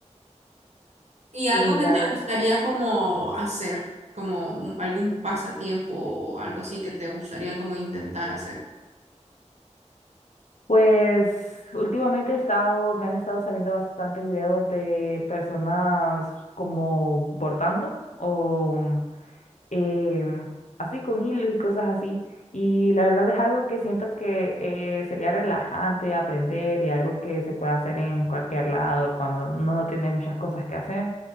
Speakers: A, on the right (about 65°); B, on the left (about 75°).
A: ¿Y algo
B: Y
A: que
B: la
A: te gustaría como hacer? como algún pasatiempo o algo así que te gustaría como intentar hacer.
B: Pues últimamente he estado, me han estado saliendo bastante videos de personas como bordando o em, así con hilos y cosas así. Y la verdad es algo que siento que eh, sería relajante aprender y algo que se puede hacer en cualquier lado cuando uno no tiene muchas cosas que hacer.